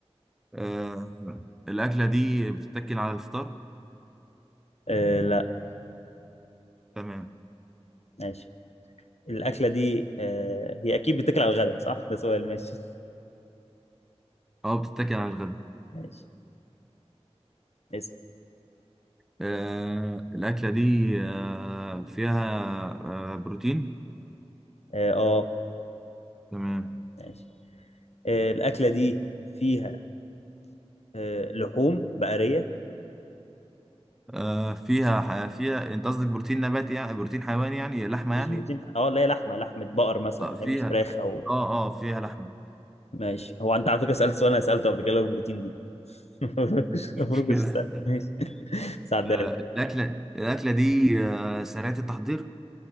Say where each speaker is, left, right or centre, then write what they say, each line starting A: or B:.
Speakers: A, in the centre; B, on the left.
A: آه، الاكلة دي بتتاكل على الفطار
B: آه لا
A: تمام
B: ماشي الأكلة دي آه هي أكيد بتاكل على الغداء صح ده سؤال ماشي <laughs>
A: اه بتتاكل على الغداء
B: ماشي اسأل
A: آه، الاكلة دي آه، فيها آه، بروتين
B: اه آه،
A: تمام
B: ماشي آه الأكلة دي فيها آه لحوم بقرية
A: آه فيها ح- فيها انت قصدك بروتين نباتي يعني بروتين حيواني يعني لحمه
B: مش
A: يعني
B: بروتين اه لا هي لحمة لحمة بقر مثلا
A: آه فيها
B: هي مش فراخ أو
A: اه اه فيها لحمه
B: ماشي هو انت على فكره سالت سؤال انا سالته قبل كده اللي هو البروتين دي <laughs> المفروض كنتش-
A: مش
B: المفروض
A: مشكله
B: كنت تسال
A: <laughs>
B: ماشي <laughs> ساعدها
A: آه
B: لك.
A: الاكله الاكله دي آه سريعه التحضير